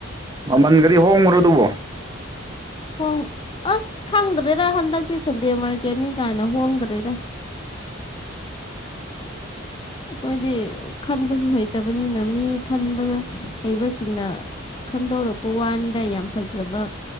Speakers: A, on the right; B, on the left.
A: ꯃꯃꯟꯒꯗꯤ ꯍꯣꯡꯕ꯭ꯔꯣ ꯑꯗꯨꯕꯣ
B: ꯍꯣꯡ ꯑꯁ ꯈꯪꯗ꯭ꯔꯦꯗ ꯍꯟꯗꯛꯇꯤ ꯁꯟꯗꯦ ꯃꯥꯔꯀꯦꯠꯅꯤ ꯀꯥꯏꯅ ꯍꯣꯡꯗ꯭ꯔꯦꯗ ꯑꯩꯈꯣꯏꯗꯤ ꯈꯟꯕꯁꯨ ꯍꯩꯇꯕꯅꯤꯅ ꯃꯤ ꯈꯟꯕ ꯍꯩꯕꯁꯤꯡꯅ ꯈꯟꯗꯧꯔꯛꯄ ꯋꯥꯅꯤꯗ ꯌꯥꯝ ꯐꯖꯕ